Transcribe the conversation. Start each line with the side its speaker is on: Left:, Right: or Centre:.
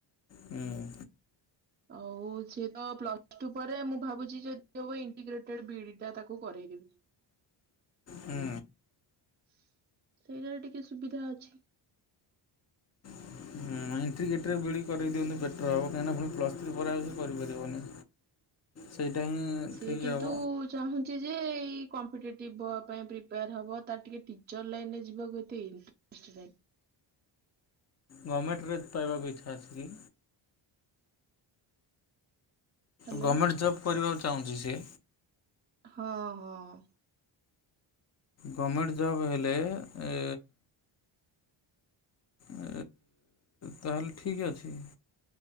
Left: ହୁଁ।
Right: ଆଉ ସିଏ ତ ପ୍ଲସ ଟୁ ପରେ ମୁଁ ଭାବୁଛି ଯେ ଯଦି ହବ ଇଣ୍ଟିଗ୍ରେଟେଡ ବି ଇଡିଟା ତାକୁ କରାଇଦବି।
Left: ହୁଁ
Right: ସେଇଟାରେ ଟିକେ ସୁବିଧା ଅଛି।
Left: ହୁଁ। ହଁ, ଇଣ୍ଟିଗ୍ରେଟେଡ ବି ଇଡ଼ି କରାଇ ଦିଅନ୍ତୁ ବେଟର୍ ହେବ। କାହିଁକିନା ପୁଣି ପ୍ଲସ ଥ୍ରି ପରେ ଆଉ ସେ କରିପାରିବନି। ସେଇଟା ହିଁ
Right: ସିଏ
Left: ଠିକ୍
Right: କିନ୍ତୁ
Left: ହେବ
Right: ଚାହୁଁଛି ଯେ, ଏଇ କମ୍ପିଟେଟିଭ ବଆ ପାଇଁ ପ୍ରପେୟାର। ହବ, ତାର ଟିକେ ଟିଚର୍ ଲାଇନରେ ଯିବାକୁ ଏତେ ଇଣ୍ଟ୍ରେଷ୍ଟ ନାହିଁ।
Left: ଗମେଣ୍ଟରେ ପାଇବାକୁ ଇଚ୍ଛା ଅଛି କି?
Right: ହ୍ୟାଲୋ
Left: ଗମେଟ୍ ଜବ୍ କରିବାକୁ ଚାହୁଁଚି ସିଏ?
Right: ହଁ-ହଁ।
Left: ଗମେଟ୍ ଜବ୍ ହେଲେ ଏ ଏ ତାହେଲେ ଠିକ୍ ଅଛି।